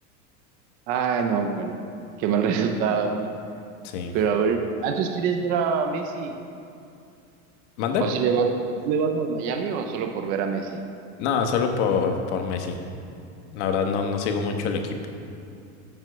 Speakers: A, on the right (about 25°); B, on the left (about 55°).
A: Ay, no, bueno, qué mal <laughs> resultado, ¿no?
B: Sí.
A: Pero a ver, ¿ah, tú quieres ver a Messi?
B: ¿Mandé?
A: ¿O si le vas, si le vas al Miami o solo por ver a Messi?
B: No, solo por, por Messi. La verdad no, no sigo mucho el equipo.